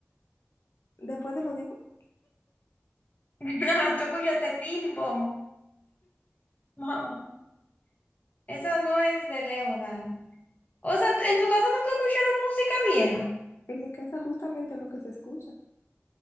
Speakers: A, on the left; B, on the left.
A: Después te lo digo.
B: <laughs> No, Tú escuchaste bim bom, mamá. Esa no es de Leodan. O sea, ¿en tu casa nunca escucharon música vieja?
A: En mi casa justamente es lo que se escucha.